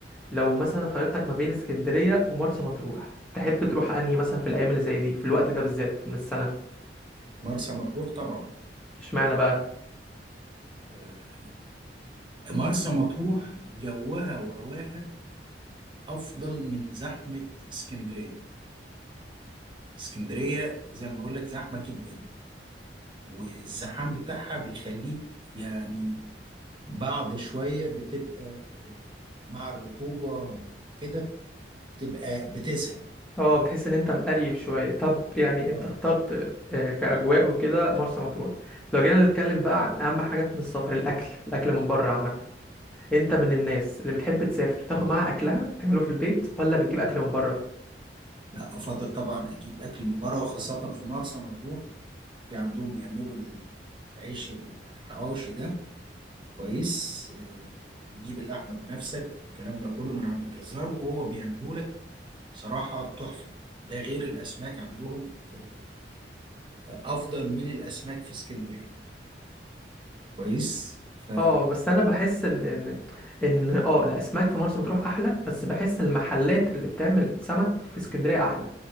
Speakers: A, in the centre; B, on the right.
A: لو مثلا خيرتك ما بين اسكندريه ومرسى مطروح تحب تروح انهي مثلا في الايام اللي زي دي في الوقت ده بالذات من السنه
B: مرسى مطروح طبعا
A: اشمعنى بقى
B: آه مرسى مطروح جوها وهواها افضل من زحمة اسكندرية اسكندرية زي ما بقول لك زحمة جدا والزحام بتاعها بيخليك يعني بعد شوية بتبقى آه، مع الرطوبة وكده بتبقى بتزهق
A: اه بتحس ان انت مقريف شويه طب يعني
B: اه
A: انت اخترت آه، كاجواء وكده مرسى مطروح لو جينا نتكلم بقى عن اهم حاجات من السفر الاكل الاكل من بره عامه انت من الناس اللي بتحب تسافر تاخد معاها اكلها تعمله في البيت ولا بتجيب اكل من بره
B: لا أفضل طبعا أجيب أكل من بره وخاصة في مرسى مطروح في عندهم بيعملوا العيش الحواوشي ده كويس آه، بتجيب اللحمة بنفسك الكلام ده كله من عند الجزار وهو بيعمله لك بصراحة تحفة ده غير الأسماك عندهم آه، آه، أفضل من الأسماك في اسكندرية كويس ف
A: اه بس انا بحس ان ان ان اه الاسماك في مرسى مطروح احلى بس بحس المحلات اللي بتعمل سمك في اسكندريه احلى